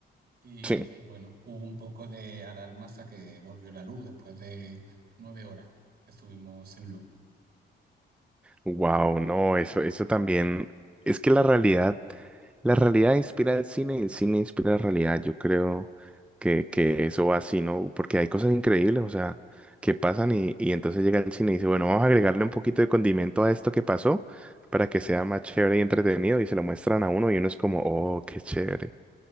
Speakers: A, on the right; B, in the centre.
A: Y,
B: Sí.
A: y bueno, hubo un poco de alarma hasta que volvió la luz después de nueve horas. Estuvimos sin luz.
B: Wow, no, eso, eso también. Es que la realidad, la realidad inspira el cine y el cine inspira la realidad. Yo creo que, que eso va así, ¿no? Porque hay cosas increíbles, o sea, que pasan y, y entonces llega el cine y dice, bueno, vamos a agregarle un poquito de condimento a esto que pasó para que
A: Ujú.
B: sea más chévere y entretenido y se lo muestran a uno y uno es como, oh, qué chévere.